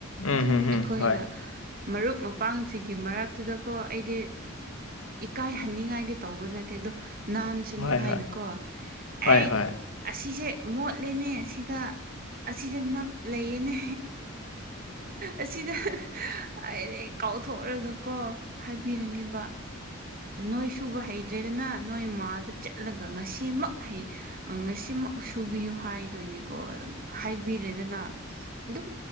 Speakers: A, on the right; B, on the left.
A: ꯑꯗꯨꯝ
B: ꯎꯝ ꯍꯝ ꯍꯝ
A: ꯑꯩꯈꯣꯏꯅ
B: ꯍꯣꯏ
A: ꯃꯔꯨꯞ ꯃꯄꯥꯡꯁꯤꯒꯤ ꯃꯔꯛꯇꯨꯗꯀꯣ ꯑꯩꯗꯤ ꯏꯀꯥꯏꯍꯟꯅꯤꯡꯉꯥꯏꯗꯤ ꯇꯧꯕ ꯅꯠꯇꯦ ꯑꯗꯣ ꯅꯥꯟꯁꯅꯨ
B: ꯍꯣꯏ
A: ꯍꯥꯏꯅꯀꯣ
B: ꯍꯣꯏ ꯍꯣꯏ
A: ꯑꯩ
B: ꯍꯣꯏ
A: ꯑꯁꯤꯁꯦ ꯃꯣꯠꯂꯦꯅꯦ ꯑꯁꯤꯗ ꯑꯁꯤꯗ ꯅꯞ ꯂꯩꯌꯦꯅꯦ ꯑꯁꯤꯗ ꯍꯥꯏꯔꯦꯛ ꯀꯥꯎꯊꯣꯛꯔꯒꯀꯣ ꯍꯥꯏꯕꯤꯔꯅꯤꯕ ꯅꯣꯏ ꯁꯨꯕ ꯍꯩꯗ꯭ꯔꯦꯗꯅ ꯅꯣꯏ ꯃꯥꯗ ꯆꯠꯂꯒ ꯉꯁꯤꯃꯛ ꯉꯁꯤꯃꯛ ꯁꯨꯕꯤꯌꯨ ꯍꯥꯏꯗꯣꯏꯅꯤꯀꯣ ꯑꯗꯨꯝ ꯍꯥꯏꯕꯤꯔꯦꯗꯅ ꯑꯗꯨꯝ